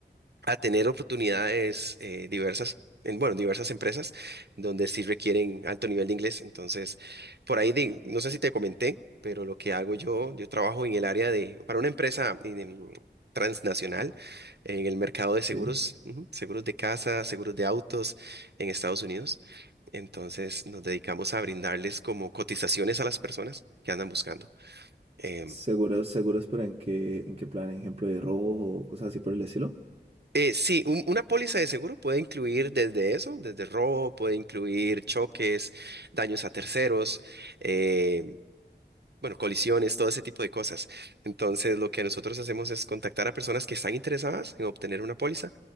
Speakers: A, on the right (about 65°); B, on the right (about 35°).
A: a tener oportunidades eh, diversas, en, bueno, diversas empresas donde sí requieren alto nivel de inglés. Entonces, por ahí, de- no sé si te comenté, pero lo que hago yo, yo trabajo en el área de, para una empresa em, transnacional en el mercado de
B: sí.
A: seguros, ujú, seguros de casa, seguros de autos en Estados Unidos. Entonces, nos dedicamos a brindarles como cotizaciones a las personas que andan buscando. Em,
B: S- Seguros, seguros, pero ¿en qué, en qué plan? ¿Ejemplo de robo o cosas así por el estilo?
A: Eh, sí, un- una póliza de seguro puede incluir desde eso, desde robo, puede incluir choques, daños a terceros, eh, bueno, colisiones, todo ese tipo de cosas. Entonces, lo que nosotros hacemos es contactar a personas que están interesadas en obtener una póliza,